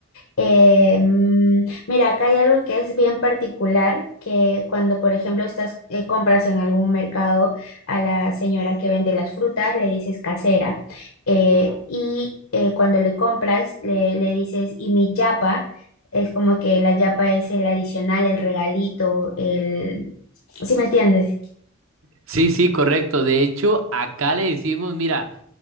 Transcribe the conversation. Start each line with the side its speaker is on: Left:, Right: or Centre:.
Left: Eh, mm, mira, acá hay algo que es bien particular, que cuando, por ejemplo, estás, eh, compras en algún mercado a la señora que vende las frutas, le dices casera. eh, y eh, cuando le compras, le, le dices, y mi yapa, es como que la yapa es el adicional, el regalito, el... ¿Sí me entiendes?
Right: Sí, sí, correcto. De hecho, acá le decimos, mira,